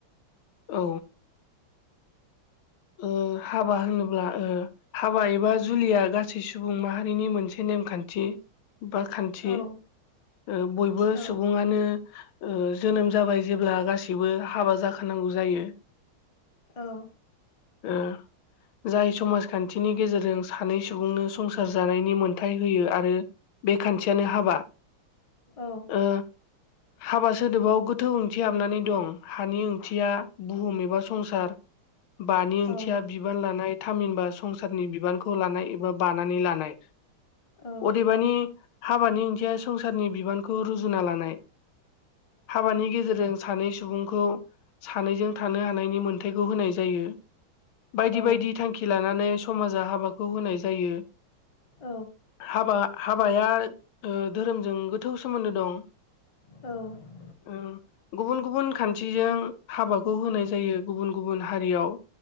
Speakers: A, on the left; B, on the left.
A: औ। उम हाबा होनोब्ला ओ हाबा एबा जुलिया गासै सुबुं माहारिनि मोनसे नेमखान्थि बा खान थि।
B: औ
A: ओ बयबो
B: औ
A: सुबुङानो ओ जोनोम जाबाय जेब्ला गासिबो हाबा जाखानांगौ जायो।
B: औ।
A: ओ जाय समाजखान्थिनि गेजेरजों सानै सुबुंनो संसार जानायनि मोनथाय होयो आरो बे खान्थियानो हाबा।
B: औ
A: ओ हाबा सोदोबाव गोथौ ओंथि हाबनानै दं। हानि ओंथिया बुहुम एबा संसार बानि ओंथिया
B: औ
A: बिबान लानाय। थामहिनबा संसारनि बिबानखौ लानाय एबा बानानै लानाय।
B: औ
A: अदेबानि हाबानि ओंथिया संसारनि बिबानखौ रुजुनना लानाय। हाबानि गेजेरजों सानै सुबुंखौ सानैजों थानो हानायनि मोनथायखौ होनाय जायो। बायदि
B: औ
A: बायदि थांखि लानानै समाजा हाबा खौ होनाय जायो।
B: औ
A: हाबा-हाबाया ओ धोरोमजों गोथौ सोमोन्दो दं।
B: औ। औ
A: ओं गुबुन गुबुन खान्थिजों हाबाखौ होनाय जायो। गुबुन गुबुन हारियाव।